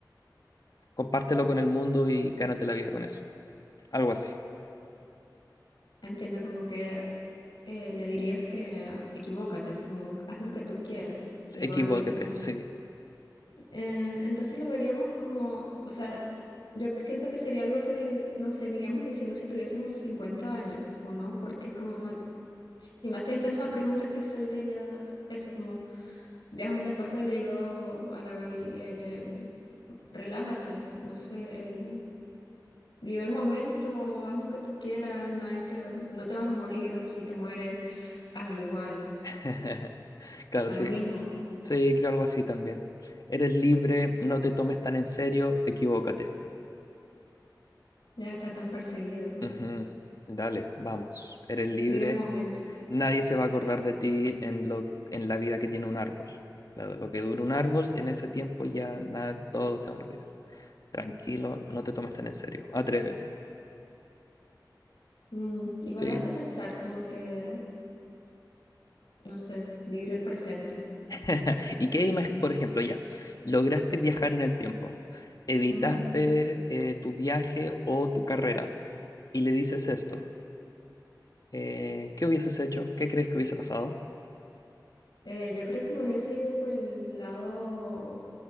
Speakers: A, on the left; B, on the left.
A: compártelo con el mundo y gánate la vida con eso. Algo así.
B: Entiendo como que eh, le dirías que equivócate, así como haz lo que tú quieras. Igual
A: Equivóquete, sí.
B: Eh, entonces lo veríamos como, o sea, yo siento que sería algo que nos seguiríamos diciendo si tuviésemos 50 años, ¿o no? Porque es como, si me haces esta misma pregunta que hizo, yo te diría eso, como viajo en el pasado y le digo a la Gaby, eh, relájate, no sé, eh, vive el momento, haz lo que tú quieras, nadie te- no te vas a morir, o si te mueres, hazlo igual,
A: <laughs> Claro,
B: da
A: sí.
B: lo mismo,
A: Sí, creo algo así también. Eres libre, no te tomes tan en serio, equivócate.
B: deja de estar tan perseguido,
A: Ujú. Dale, vamos. Eres libre.
B: vive el momento.
A: Nadie se va a acordar de ti en lo, en la vida que tiene un árbol. Lo, lo que dura un árbol, y en ese tiempo ya nada, todos te van a olvidar. Tranquilo, no te tomes tan en serio. Atrévete.
B: Mm, igual
A: Sí.
B: hace pensar como que, no sé, vivir el presente.
A: <laughs> ¿Y qué imagen, por ejemplo, ya, lograste viajar en el tiempo, evitaste
B: Ujú.
A: eh, tu viaje o tu carrera y le dices esto? Eh, ¿qué hubieses hecho? ¿Qué crees que hubiese pasado?
B: Eh, yo creo que me hubiese ido por el lado...